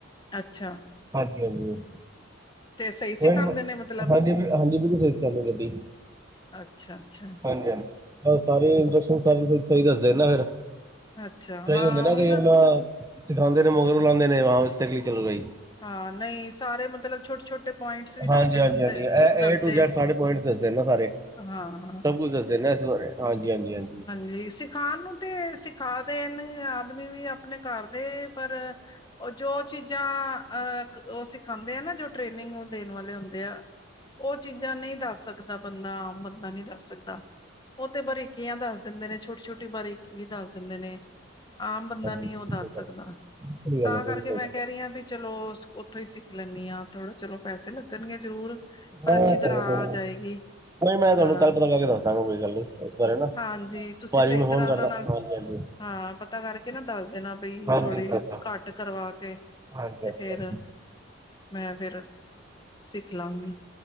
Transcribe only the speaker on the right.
ਹਾਂਜੀ-ਹਾਂਜੀ,
ਕੋਈ ਨਹੀਂ,
ਹਾਂਜੀ-ਹਾਂਜੀ ਤੁਸੀ ਸੇਫ ਕਰਲੋ ਗੱਡੀ।
ਹਾਂਜੀ-ਹਾਂਜੀ, ਸਾਰੇ ਇੰਨਸਟਰਕਸ਼ਨ ਸਾਰੇ ਸਹੀ ਦੱਸਦੇ ਨਾ ਫਿਰ।
ਕਈ
ਹੁੰਦੇ ਨਾ
ਕਈ, ਆਪਨਾ ਸਿਖਾਂਦੇ ਨੇ ਮਗਰੋ ਲਾਉਂਦੇ ਨੇ, ਹਾਂ ਬਈ, ਸਹੀ ਚਲ ਰਹੀ।
ਹਾਂਜੀ
ਹਾਂਜੀ ਹਾਂਜੀ ਹਾਂਜੀ
ਇਹ
ਸਾਰੇ ਪੁਆੰਈਟ ਦਸਦੇਨ ਨਾ ਸਾਰੇ।
ਸਭ ਕੁਝ ਦੱਸਦੇਨ ਨਾ, ਇਸ ਬਾਰੇ ਹਾਂਜੀ-ਹਾਂਜੀ-ਹਾਂਜੀ
ਬਿਲਕੁਲ
ਸਹੀ ਗੱਲ
ਹੈ। ਕੋਈ
ਗੱਲ ਨਹੀਂ
ਕੋਈ
ਗੱਲ
ਨਹੀਂ
ਹਾਂ
ਇਹ
ਤਾਂ ਹੈ ਕੋਈ
ਨੀ।
ਨਹੀਂ, ਮੈਂ ਤੁਹਾਨੂੰ
ਕੱਲ ਪਤਾ ਕਰਕੇ ਦੱਸ ਦਾਂਗਾ ਕੋਈ ਗੱਲ ਨੀ, ਇਸ ਬਾਰੇ ਨਾ,
ਭਾਜੀ
ਨੂੰ
ਫੋਨ
ਕਰਦਾ,
ਹਾਂਜੀ-ਹਾਂਜੀ।
ਹਾਂਜੀ
ਕਰਦਾ।
ਹਾਂਜੀ
ਹਾਂਜੀ।
ਹਾਂਜੀ